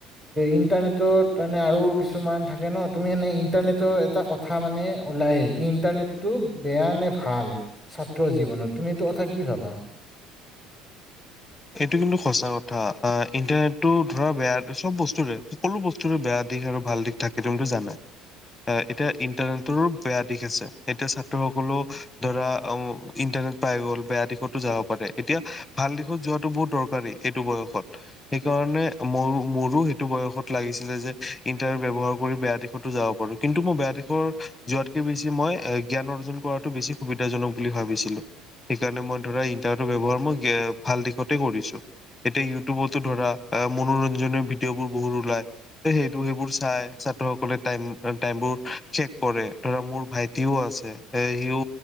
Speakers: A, in the centre; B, on the left.
A: ইণ্টাৰনেটত মানে আৰু কিছুমান থাকে ন, তুমি এনে ইণ্টাৰনেটৰ এটা কথা মানে ওলায়ে, কি ইণ্টাৰনেটটো বেয়া নে ভাল, চাত <unintelligible> জীৱনত, তুমি এইটো কথা কি ভাবা?
B: এইটো কিন্তু সঁচা কথা আ ইণ্টাৰনেটটো ধৰা বেয়া চব বস্তুৰে সকলো বস্তুৰে বেয়া দিশ আৰু ভাল দিশ থাকে কিন্তু জানাই আ এতিয়া ইণ্টাৰনেটৰো বেয়া দিশ আছে এতিয়া ছাত্ৰ সকলে ধৰা অ ইণ্টাৰনেট পাই গ'ল বেয়া দিশতো যাব পাৰে এতিয়া ভাল দিশত যোৱা টো বহু দৰকাৰী এইটো বয়সত সেইকাৰণে মোৰো এইটো বয়সত লাগিছিলে যে ইন্টাৰনেট ব্যৱহাৰ কৰি বেয়া দিশটো যাব পাৰোঁ কিন্তু মোৰ বেয়া দিশৰ যোৱাতকে বেছি মই এ জ্ঞান অৰ্জন কৰাটো বেছি সুবিধাজনক বুলি ভাবিছিলো সেইকাৰণে মই ধৰা ইন্টাৰনেটৰ ব্যবহাৰ মই গে ভাল দিশ গতে কৰিছো। এতিয়া ইউটিউবটো ধৰা মনোৰঞ্জনৰ ভিডিঅ বোৰ বহুত ওলাই সেই সেইবোৰ চাই ছাত্ৰ সকলে তায়েম বোৰ শেষ কৰে মোৰ ভাইটও আছে এ সিও